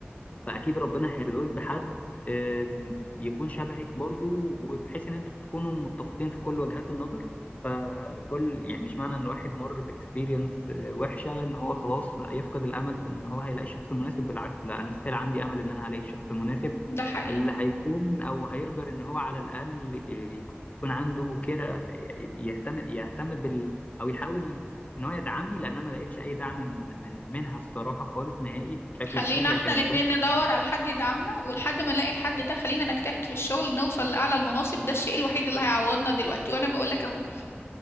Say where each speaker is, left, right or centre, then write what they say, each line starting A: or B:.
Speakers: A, on the left (about 35°); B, on the left (about 80°).
A: فاكيد ربنا هيرزقك بحد آم، يكون شبهك برضو وبحيث ان انتوا تكونوا متفقين في كل وجهات النظر فكل يعني مش معنى ان واحد مر باكسبيرينس وحشه ان هو خلاص يفقد الامل في ان هو هيلاقي الشخص المناسب بالعكس لا انا ستيل عندي امل ان انا هلاقي الشخص المناسب
B: ده حقيقي
A: اللي هيكون او هيقدر ان هو على الاقل آه، يكون عنده كده يهتم يهتم بال او يحاول ان هو يدعمني لان انا ما لقيتش اي دعم من من منها الصراحه خالص نهائي بشكل
B: خلينا
A: كبير هي
B: احنا
A: كانت
B: الاتنين ندور على حد يدعمنا ولحد ما نلاقي الحد ده خلينا نجتهد في الشغل نوصل لأعلى المناصب ده الشيء الوحيد اللي هيعوضنا دلوقتي وانا بقول لك اهو